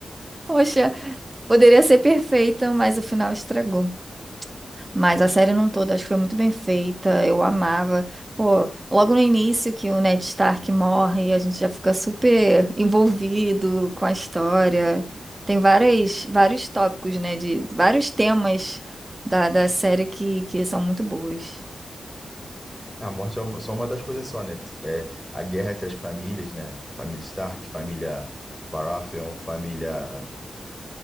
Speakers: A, on the right (about 25°); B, in the centre.
A: Poxa, poderia ser perfeito, mas o final estragou. Mas a série não toda, acho que foi muito bem feita, eu amava. Pô, logo no início que o Ned Stark morre, a gente já fica super envolvido com a história. Tem várias, vários tópicos, né, de vários temas da, da série que, que são muito boas.
B: A morte é uma- só uma das coisas só, né? É, a guerra entre as famílias, né? Família Stark, família Baratheon, família